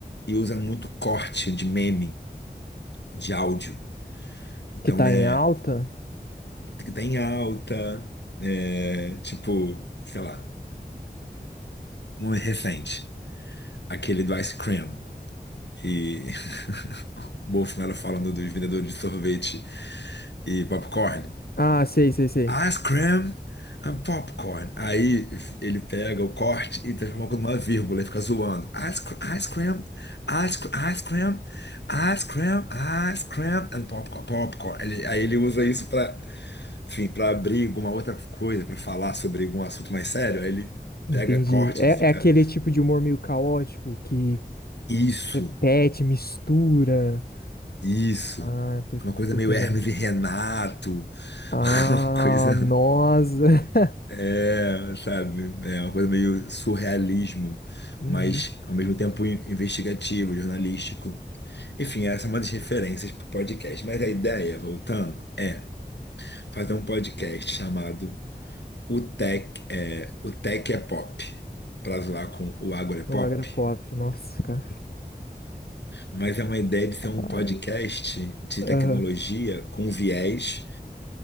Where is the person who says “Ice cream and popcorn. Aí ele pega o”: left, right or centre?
Left